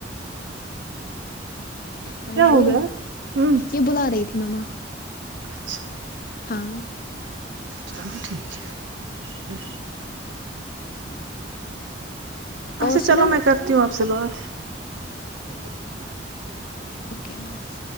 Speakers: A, on the right (about 85°); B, on the left (about 50°).
A: کیا
B: ہاں ہیلو
A: ہو گیا ہ
B: یہ بلا رہی تھی مما
A: اچھا
B: ہاں
A: چلو ٹھیک ہے اچھا
B: اور
A: چلو
B: سناؤ
A: میں کرتی ہوں آپ سے بات ٹھیک ہے ٹھیک ہے
B: اوکے اللہ حافظ